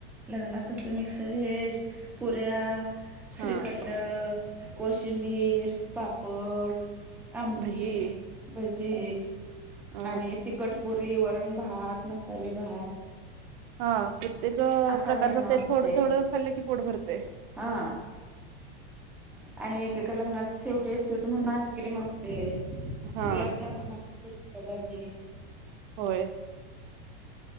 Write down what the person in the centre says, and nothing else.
लग्नात कसं मिक्सर व्हेज. पुऱ्या,
श्रीखंड, कोशिंबीर, पापड. आमटी,
भजी,
आणि तिखट पुरी, वरण, भात मसाले भात.
असा
मेनू
असते
हा. आणि एकेका लग्नात शेवटी स्वीट म्हणून आईस्क्रीम असतय.
गुलाबजामन असतय एकेका जागी.